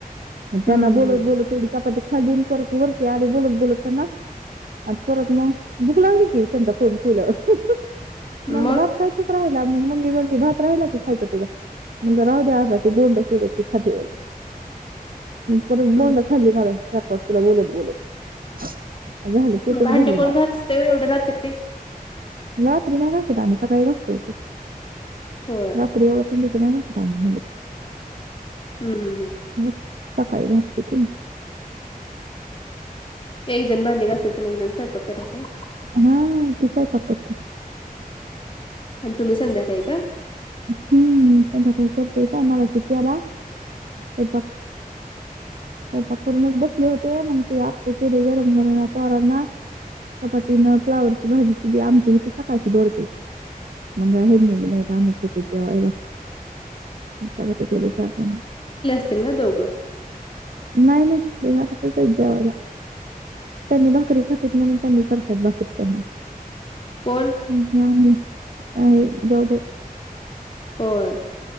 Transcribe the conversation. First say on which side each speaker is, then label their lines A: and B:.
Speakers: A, on the right; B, on the left.
A: म त्यांना
B: हम्म
A: बोलत बोलत तेवढी चपाती खाली परत वरती आले बोलत बोलत त्यांना आता परत म भुक लागली की तेचा फोन ठेवल्यावर म
B: मग
A: भात खायचं राहिला म मम्मी म्हटली भात राहिला की खायचं तुझा म्हणलं राहूदे आबा बोंड केल्यात ते खाते म्हणलं परत
B: हम्म
A: बोंड खाल्ली मगाशी चार पाच तुला बोलत बोलत. झालं पोटच
B: भांडी
A: भरलं
B: कोण
A: माझं
B: घासतय व्हय एवढ्या रात्री.
A: रात्री नाइ घासत आम्ही सकाळी घासतो उठून
B: होय.
A: रात्री येवढ्या थंडीच नाइ घासत आम्ही भांडी.
B: हम्म हम्म हम्म.
A: घास- सकाळी घासते की मी
B: एक जण भांडी घासायचं आणि एक जण स्वयंपाक करायचा.
A: हा ती स्वयंपाक करती.
B: आणि तुम्ही संध्याकाळी का?
A: हम्म संध्याकाळी करतोय <unintelligible> स्वयंपाक स्वयंपाक करूनच बसले होते म्हणून ते आप्पे केले गरमगरम या पोरांना चपाती न फ्लावरची भाजी केली आमटी होती, सकाळची दोडक्याची. म हेनी बी नाइत आम्हीच होतो जेवायला तेव्हा तेे <unintelligible>
B: <unintelligible> दोघ.
A: नाइ नाइ ते घरातच हाय जेवायला. त्यांनी भाकरी खात्यात म्हणून त्यांनी करत्यात भाकरी त्यांना.
B: कोण?
A: मी आणि त्या जाऊबाई
B: होय